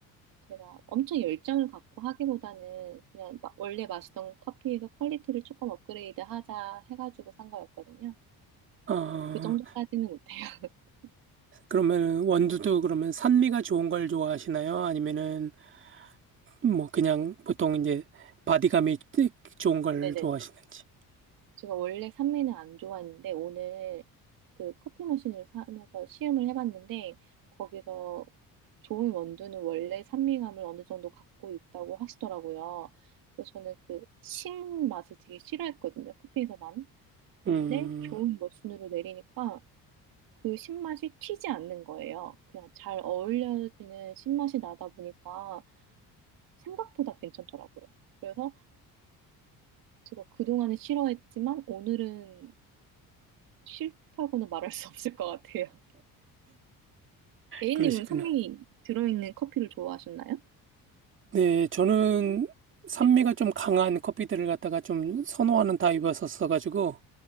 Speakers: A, on the right; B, on the right.
A: 제가 엄청 열정을 갖고 하기보다는 그냥 마- 원래 마시던 커피에서 퀄리티를 조금 업그레이드 하자 해가지고 산 거였거든요.
B: 아,
A: 그 정도까지는 못해요. <laughs>
B: 그러면 원두도 그러면 산미가 좋은 걸 좋아하시나요? 아니면은 뭐 그냥 보통 이제 바디감이 좋은 걸
A: 네네.
B: 좋아하시는지.
A: 제가 원래 산미는 안 좋아했는데 오늘 그 커피 머신을 사면서 시음을 해봤는데 거기서 좋은 원두는 원래 산미감을 어느 정도 갖고 있다고 하시더라고요. 그래서 저는 그 신 맛을 되게 싫어했거든요. 커피에서 난. 근데
B: 음,
A: 좋은 머신으로 내리니까 그 신맛이 튀지 않는 거예요. 그냥 잘 어울려지는 신맛이 나다 보니까 생각보다 괜찮더라고요. 그래서 제가 그동안은 싫어했지만 오늘은 싫다고는 말할 수 없을 것 같아요. A님은
B: 그러시구나.
A: 산미 들어있는 커피를 좋아하셨나요?
B: 네, 저는 산미가
A: 네.
B: 좀 강한 커피들을 갖다가 좀 선호하는 타입이었었어가지고,